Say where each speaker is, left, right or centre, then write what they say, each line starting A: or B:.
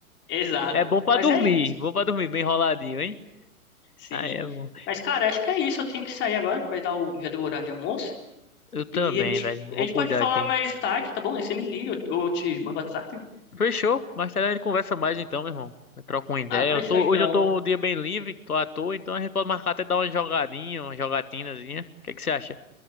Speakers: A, on the left; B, on the left.
A: exato.
B: É bom pra
A: Mas
B: dormir,
A: é isso,
B: bom pra dormir, bem enroladinho, hein?
A: sim.
B: Ah, é bom.
A: Mas, cara, acho que é isso. Eu tenho que sair agora, que vai dar o. Já deu o horário de almoço.
B: Eu também,
A: E a gente,
B: velho. Vou
A: a gente
B: cuidar
A: pode falar
B: aqui.
A: mais tarde, tá bom? Aí você me liga, eu, eu te mando WhatsApp.
B: Fechou? Mais tarde a gente conversa mais então, meu irmão. Eu troco uma ideia.
A: Ah, fechou
B: Eu tô,
A: então.
B: hoje eu tô um dia bem livre, tô à toa, então a gente pode marcar até dar uma jogadinha, uma jogatinazinha. O que é que você acha?